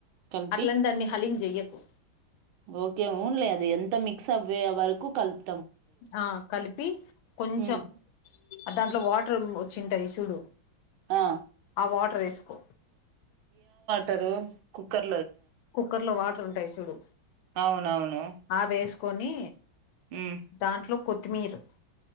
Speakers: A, on the right; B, on the left.
A: కలిపి
B: అట్లని దాన్ని హలీమ్ జేయ్యకు
A: ఓకే ఊన్లే అది అంతా మిక్స్ అవ్వే వరకు కల్ప్
B: ఆ కలిపి కొంచెం
A: ఉమ్
B: దాంట్లో వాటర్ ఉమ్ వచ్చింటాయి చూడు
A: ఆ
B: ఆ వాటర్ ఏసుకో
A: టరు కుక్కర్
B: కుక్కర్ లో వాటర్ ఉంటాయి చూడు
A: అవునవును
B: ఆ వేస్ కోని
A: ఉమ్
B: దాంట్లో కొత్తిమీర్